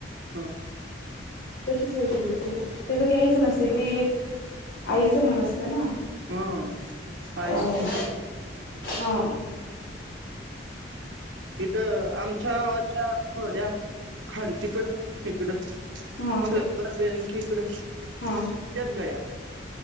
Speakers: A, on the right (about 80°); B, on the left (about 60°).
A: हं!
B: तशीच विकली होती, तीचं घ्यायच नसते ती आई समान असतें ना.
A: हा आईला
B: अं
A: पण
B: हा!
A: इथं आमच्या आवच्या खोड्या, खालतिकड हीकडं.
B: हा
A: सरकार बँकीकड इतक्यात
B: हा
A: गया.